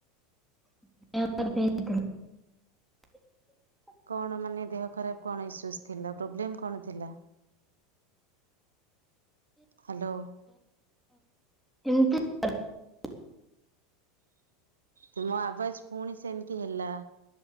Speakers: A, in the centre; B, on the right (about 80°).
A: <unintelligible>
B: କଣ ମାନେ ଦେହ ଖରାପ କଣ ଇସୂଜ ଥିଲା ପ୍ରୋବ୍ଲମ୍ କଣ ଥିଲା? ହାଲୋ?
A: ଏମତି <unintelligible>
B: ତୁମ ଆବାଜ ପୁଣି ସେମିତି ହେଲା